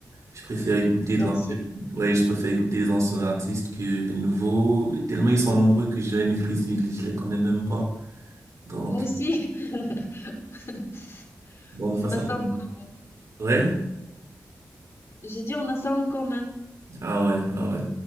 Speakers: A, on the right (about 65°); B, on the left (about 45°).
A: Je préfère écouter
B: toi
A: de l'ancien-
B: aussi?
A: ouais, je préfère écouter des anciens artistes que les nouveaux, tellement ils sont nombreux que je les maîtrise, je les connais même pas. Donc,
B: Moi aussi. <laughs>
A: bon, de façon
B: On a ça
A: générale,
B: en commun.
A: ouais,
B: J'ai dit on a ça en commun.
A: ah ouais, ah ouais.